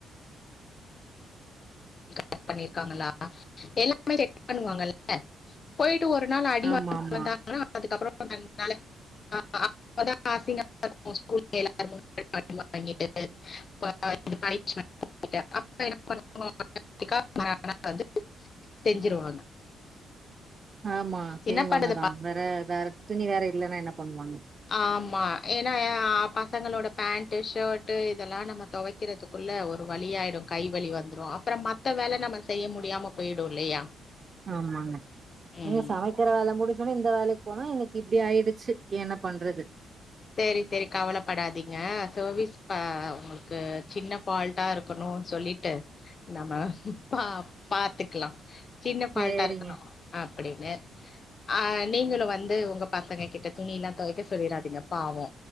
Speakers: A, on the left; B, on the right.
A: <unintelligible> பண்ணிருக்காங்களா எல்லாமே ரெடி பண்ணுவாங்கல்ல போயிட்டு ஒரு நாள் அடி
B: ஆமா
A: வாங்குனா
B: ஆமா
A: தா அதுக்கு அப்புறோ ரெண்டு நாளு <unintelligible> <unintelligible> <unintelligible> அப்ப என்ன பண்ணு <unintelligible> <unintelligible> மறுநாளாவது செஞ்சிருவாங்க
B: ஆமா செய்வாங்க
A: என்ன பண்ணுது
B: தா
A: பா-
B: வேற வேற துணி வேற இல்லன்னா என்ன பண்ணுவாங்க
A: ஆமா ஏன்னா பசங்களோட பேண்ட்டு ஷர்ட்டு இதல்லா நம்ம தொவை க்கிறதுக்குள்ள ஒரு வழியாயிடு கைவலி வந்துரோ அப்றோ மத்த வேல நம்ம செய்ய முடியாம போயிடு இல்லையா
B: ஆமாங்க
A: ம்.
B: நீங்க சமை க்கிற வேல முடிச்சவொன்னே இந்த வேலைக்கு போனா இன்னைக்கு இப்டி ஆயிடுச்சு என்ன பண்றது
A: சேரி சேரி கவலப்படாதீங்க சர்வீஸ் ப உங்களுக்கு சின்ன ஃபால் ட்டா இருக்கனோ சொல்லிட்டு நம்ம பா பாத்துக்லா சின்ன ஃபால்ட்டா
B: சேரிங்க
A: இருக்கனோ அப்டின்னு அ நீங்களு வந்து உங்க பசங்க கிட்ட துணில்லா தோய்க்க சொல்லிறாதீங்க பாவோ